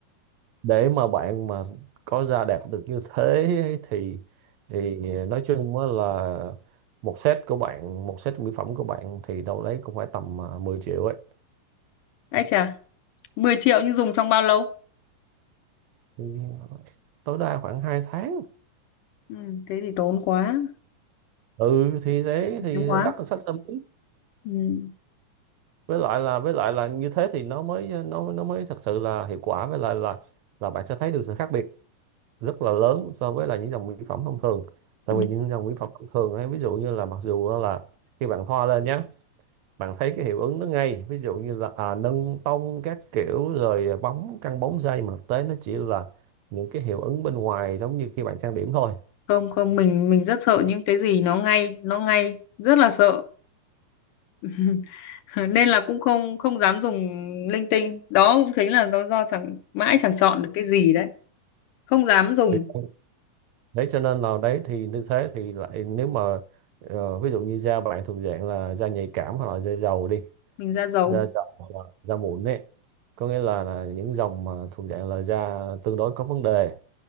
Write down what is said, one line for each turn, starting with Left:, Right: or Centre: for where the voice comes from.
Right: để mà bạn mà có ra đạt được như thế <laughs> ấy thì thì nói chung á là một set của bạn một set mỹ phẩm của bạn thì đâu đấy cũng phải tầm à, 10 triệu ấy
Left: ấy chà 10 triệu nhưng dùng trong bao lâu
Right: Thì à, tối đa khoảng hai tháng
Left: ừ, thế thì tốn quá
Right: ừ thì thế thì
Left: tốn quá
Right: đắt hơn sách âm lý.
Left: ừ,
Right: với lại là với lại là như thế thì nó mới nó nó mới thật sự là hiệu quả với lại là là bạn sẽ thấy được sự khác biệt rất là lớn so với là những dòng mỹ phẩm thông thường tại
Left: ừ.
Right: vì những dòng mỹ phẩm thông thường ấy, ví dụ như là mặc dù là khi bạn thoa lên nhé bạn thấy cái hiệu ứng nó ngay ví dụ như là à, nâng tông các kiểu rồi bóng căng bóng dây mà thực tế nó chỉ là những cái hiệu ứng bên ngoài giống như khi bạn trang điểm thôi
Left: không không mình mình rất sợ những cái gì nó ngay nó ngay rất là sợ <laughs> nên là cũng không không dám dùng linh tinh đó cũng chính là do, do chẳng mãi chẳng chọn được cái gì đấy không dám dùng
Right: Thì- đấy cho nên là đấy thì như thế thì lại nếu mà ờ, ví dụ như da bạn thuộc dạng là da nhạy cảm hoặc là da dầu đi
Left: mình ra dầu
Right: da dầu hoặc là da mụn ấy có nghĩa là, là những dòng mà thuộc dạng là da tương đối có vấn đề